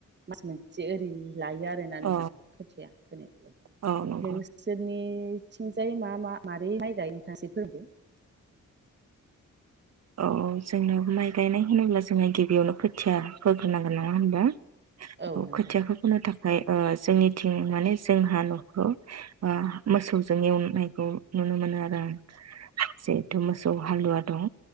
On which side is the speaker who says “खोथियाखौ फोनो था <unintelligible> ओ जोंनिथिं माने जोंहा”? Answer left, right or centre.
Right